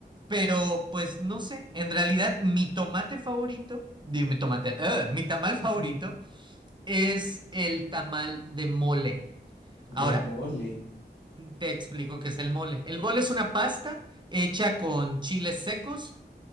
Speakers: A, on the right; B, on the left.
A: Pero pues no sé, en realidad mi tomate favorito, digo mi tomate, ¡ah! mi tamal favorito
B: <laughs>
A: es el tamal de mole. Ahora,
B: De mole.
A: te explico qué es el mole. El mole es una pasta hecha con chiles secos